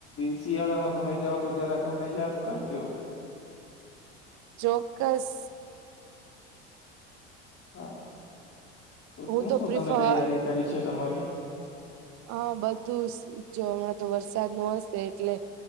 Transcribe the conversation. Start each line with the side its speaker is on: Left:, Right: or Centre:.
Left: શિયાળામાં તમે જાઓ તો જરાક તમને યાદ કરજો.
Right: ચોક્કસ.
Left: હા તો
Right: હું
Left: શું શું
Right: પ્રિફર
Left: તમે તૈયારી કરી છે તમારી.
Right: હા બધું જો હમણાં તો વરસાદ નુ હશે એટલે